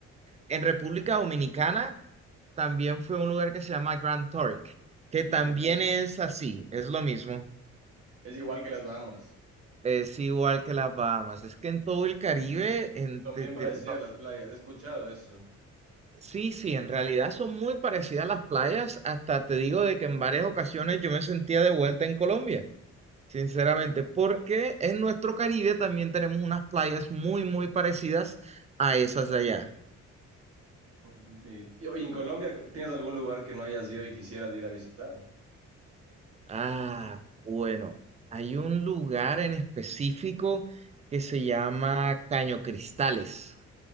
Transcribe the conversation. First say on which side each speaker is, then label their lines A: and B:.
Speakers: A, on the right; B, on the right.
A: en República Dominicana, también fue un lugar que se llama Grand Turk, que
B: ¿Y
A: también
B: qué tal?
A: es así, es lo mismo,
B: Es igual que las Bahamas.
A: es igual que las Bahamas, es que en todo el Caribe, en,
B: Son
A: te-
B: bien
A: te-
B: parecidas las playas, he escuchado eso.
A: sí, sí, en realidad son muy parecidas las playas, hasta te digo de que en varias ocasiones yo me sentía de vuelta en Colombia. Sinceramente,
B: Ah,
A: porque en nuestro Caribe también tenemos unas playas muy, muy parecidas a esas de allá.
B: mm, sí. sí. Y oye, en Colombia, ¿tienes algún lugar que no hayas ido y quisieras ir a visitar?
A: Ah, bueno, hay un lugar en específico que se llama Caño Cristales.